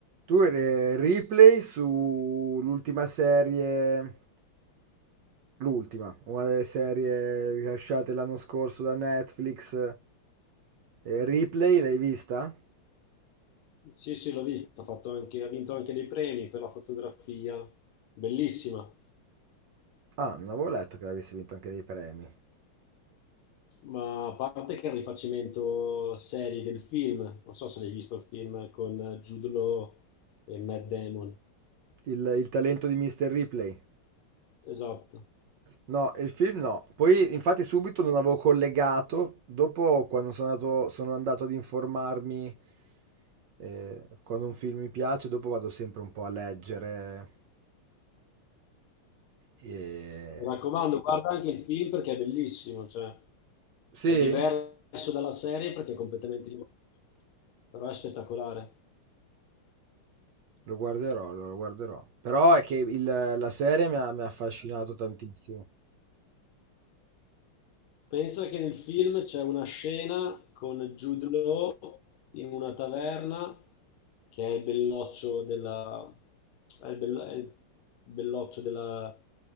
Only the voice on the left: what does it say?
Sì, sì, l'ho vista, ha fatto anche- ha vinto anche dei premi per la fotografia, bellissima,
ma a parte che è il rifacimento serie del film, non so se l'hai visto il film con Jude Law e Matt Damon,
esatto.
Mi raccomando, guarda anche il film perché è bellissimo, cioè
è diverso dalla serie perché è completamente diverso, però è spettacolare.
Pensa che nel film c'è una scena con Jude Law in una taverna che è il belloccio della... è il, bello- è il belloccio della